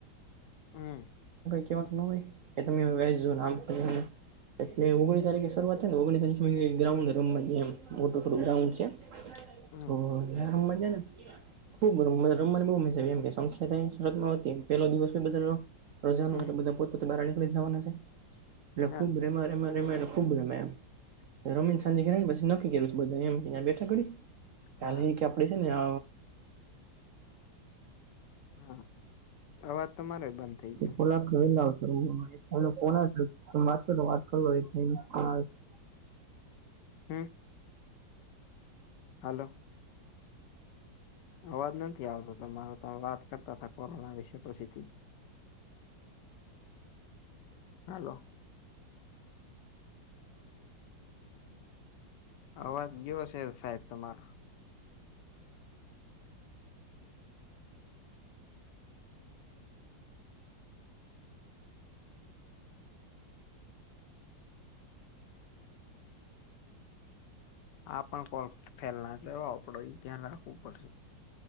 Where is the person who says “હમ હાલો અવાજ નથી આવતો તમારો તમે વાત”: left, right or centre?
Left